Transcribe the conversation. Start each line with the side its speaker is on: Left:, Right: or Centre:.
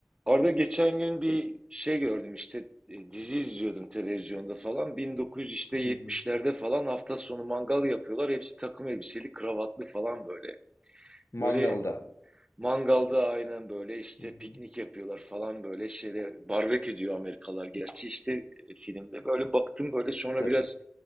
Right: Arada geçen gün bir şey gördüm işte e, dizi izliyordum televizyonda falan 1970'lerde
Left: Hı hı.
Right: falan hafta sonu mangal yapıyorlar hepsi takım elbiseli kravatlı falan böyle
Left: Mangalda.
Right: böyle mangalda aynen böyle işte
Left: Hı hı.
Right: piknik yapıyorlar falan böyle şeyde barbekü diyor Amerikalılar gerçi işte e, filmde böyle baktım böyle sonra
Left: Tabii.
Right: biraz